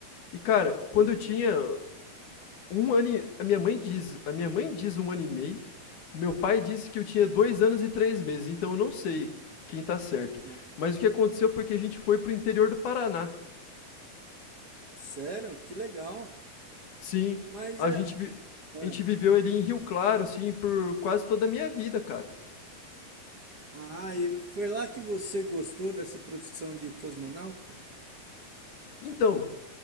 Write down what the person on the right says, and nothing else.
Uhum.
né?
Sério? Que legal.
Mas
é.
é.
Ah, e foi lá que você gostou dessa profissão de cosmonauta?